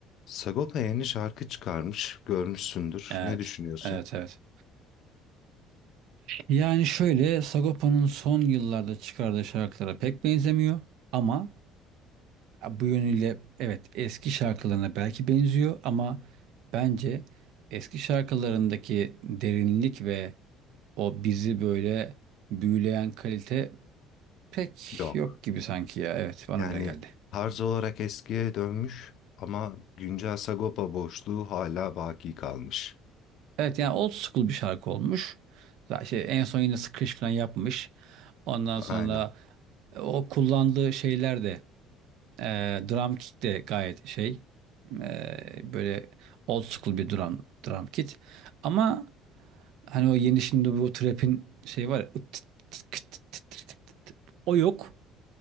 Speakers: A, on the left (about 50°); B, on the right (about 60°).
A: Sagopa yeni şarkı çıkarmış, görmüşsündür.
B: Evet.
A: Ne düşünüyorsun?
B: Evet evet. Yani şöyle Sagopa'nın son yıllarda çıkardığı şarkılara pek benzemiyor ama bu yönüyle evet eski şarkılarına belki benziyor ama bence eski şarkılarındaki derinlik ve o bizi böyle büyüleyen kalite pek
A: Yok.
B: yok gibi sanki ya. Evet bana
A: Yani
B: öyle geldi.
A: tarz olarak eskiye dönmüş ama güncel Sagopa boşluğu hala baki kalmış.
B: Evet yani old school bir şarkı olmuş. Zaten Şey, en son yine Scratch falan yapmış. Ondan sonra
A: Aynen.
B: o kullandığı şeyler de Ee, drum kit de gayet şey ee, böyle old school bir drum drum kit. Ama hani o yeni şimdi bu trap'in şey var ya, ıt tıt tıt kıt tıt tıt tıt tıt tıt. o yok.